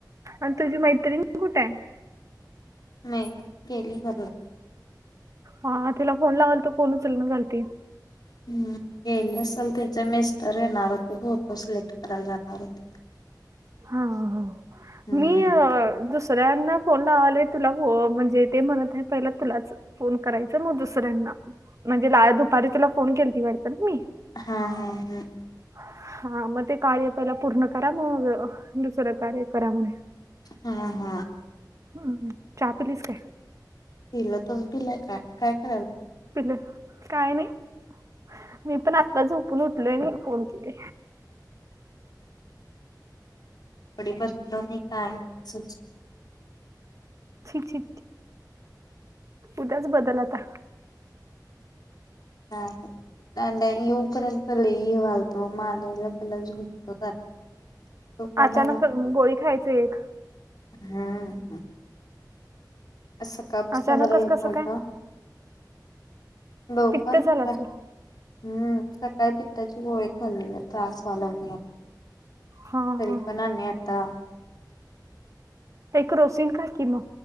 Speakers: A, on the right; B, on the left.
A: आणि तुझी मैत्रिणी कुठे य?
B: नाही,, गेली घरला.
A: हां, तिला फोन लावल तो, फोन उचलना झालती.
B: हम्,, गेले असल त्याचे मिस्टर येणार होते,, फोटो सिलेक्ट करायला जाणार होते.
A: हा,, ह,
B: हम्म
A: मी,, दुसऱ्यांना फोन लावालोय तुला,, म्हणजे ते म्हणत आहे, पहिला तुलाच फोन करायचां मग दुसऱ्यांना म्हणजे लाळ दुपारी तुला फोन केल ती वाटत ना मी.
B: हा, हा, हा
A: हा,, मग ते कार्य पयला पूर्ण करा,, मग दुसरं कार्य करा म्हनायल.
B: हा हा
A: हम्म चहा पिलीस काय?
B: पिलो तुम पिला का काय कराल?
A: पिलं काय नाही मी पण आत्ता झोपून उठल आणि फोन केले.
B: हाडी बदल नाही कायच?
A: छ उद्याच बदल आता?
B: हा अ येऊपर्यंत पला ये घलतो मालेला पला झोपतो ज. तू कोणाला
A: अचानक गोळी खायचं एक
B: हम्म असं कापस
A: अचानकच
B: न जरा यलता.
A: कसं काय
B: डोकं.
A: पित्त झालं असेल
B: हम्म सकाळी पित्ताचे गोळे खाल्ले त्रास वालवण्या.
A: हा
B: तरी
A: हा
B: पण आता
A: एक रोशीन काय किम